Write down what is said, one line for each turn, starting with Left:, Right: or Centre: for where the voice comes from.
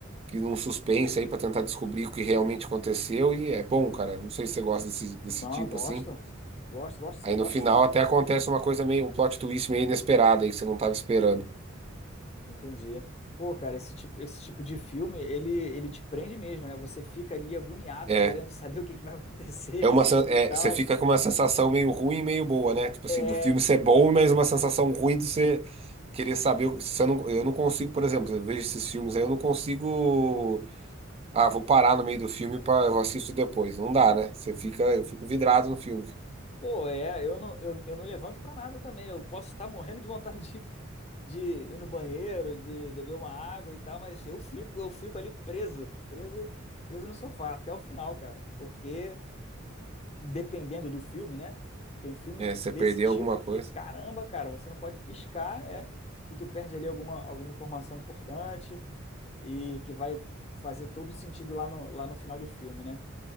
Right: que num suspense aí pra tentar descobrir o que realmente aconteceu e é bom, cara. Não sei se você gosta desse, desse
Left: Não,
Right: tipo
Left: eu gosto.
Right: assim.
Left: Gosto, gosto sim,
Right: Aí no
Left: gosto
Right: final
Left: sim.
Right: até acontece uma coisa meio, um plot twist meio inesperado aí que você não tava esperando.
Left: Entendi. Pô, cara, esse tipo, esse tipo de filme, ele, ele te prende mesmo, né? Você fica ali agoniado,
Right: É,
Left: querendo saber o que que vai acontecer
Right: é
Left: <laughs>
Right: uma, sen-
Left: e
Right: é,
Left: tal.
Right: você fica com uma sensação meio ruim e meio boa, né? Tipo assim,
Left: É,
Right: do filme ser bom, mas uma sensação ruim de você querer saber. o- Você não, eu não consigo, por exemplo, eu vejo esses filmes aí, eu não consigo. Ah, vou parar no meio do filme para eu assisto depois. Não dá, né? Você fica, eu fico vidrado no filme.
Left: Pô, é, eu não, eu, eu não levanto pra nada também. Eu posso estar morrendo de vontade de, de ir no banheiro, de beber uma água e tal, mas eu fico, eu fico ali preso, preso, preso no sofá até o final, cara. Porque dependendo do filme, né? Tem filme
Right: É, se
Left: desse
Right: você perder
Left: tipo
Right: alguma coisa.
Left: que, caramba, cara, você não pode piscar, é que tu perde ali alguma, alguma informação importante e que vai fazer todo sentido lá no, lá no final do filme, né?